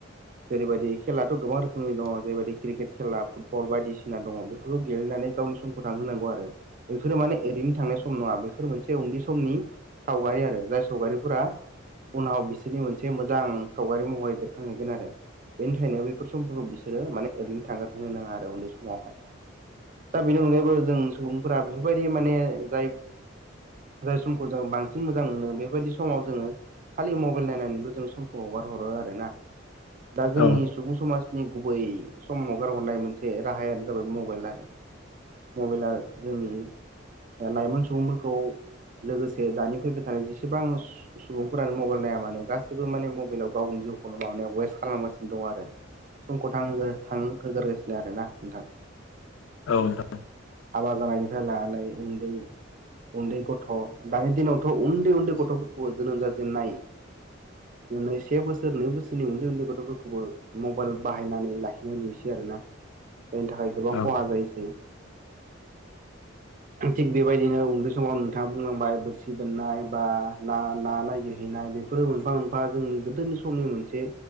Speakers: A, on the right (about 40°); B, on the left (about 75°).
A: जेरैबायदि खेलाथ' गोबां रोखोमनि दङ जेरैबायदि क्रिकेट खेला फुटबल बायदिसिना दङ बेफोरखौ गेलेनानै गावनि समखौ थांांगौ आरो बेफोरो माने ओरैनो थांनाय सम नङा बेफोर मोनसे। उन्दै समनि सावगारि आरो जाय सावगारिफोरा उनाव बिसोरनि मोनसे मोजां सावगारि महरै बेरखांहैगोन आरो। बेनिखायनो बैफोर समफोरखौ बिसोरो माने ओरैनो थांगार होनोनो नाङा आरो उन्दै समावहाय दा बेनि अनगायैबो जों सुबुंफोरा बेफोरबायदि माने जाय जाय समखौ जों बांसिन मोजां मोनो बेबायदि समाव जोङो खालि मबाइल नायनानैल' जों समखौ हगार हरो आर ना दा
B: औ
A: जोंनि सुबुं समाज नि गुबै समावगारहरनाय मोनसे राहायानो जाबाय मबाइल आरो मबाइला जोंनि लाइमोन सुबुंफोरखौ लोगोसे दानि फैबाय थानाय जेसेबां सुबुंफोरानो मबाइल नाया मानो गासैबो माने मबाइलाव गाव म खालामगासिनो दं आरो समखौ थां होगोरगासिनो आरोोना नोंथां
B: औ नोंथां
A: हाबा जानायनिफ्राय लानानै उन्दै उन्दै गथ' दानि दिनावथ' उन्दै उन्दै गथ'फोरखौ जोनोम जाजेनन्नाय न से बसोर नै बसोर उन्दे उन्दे फथ'फोरखौबो मबाइल बाहायनानै लाखिनाय नुयोसै आरोना जायनि थाखाय गोबां
B: औ
A: खहा जायोसै थिग बेबायदिनो उन्दै समाव नोंथाङा बुंनांबाय बोरसि बोननाय बा ना ना नागिरहैनाय बे बेफोरो मोनफा मोनफा जोंनि गोदोनि समनि मोनसे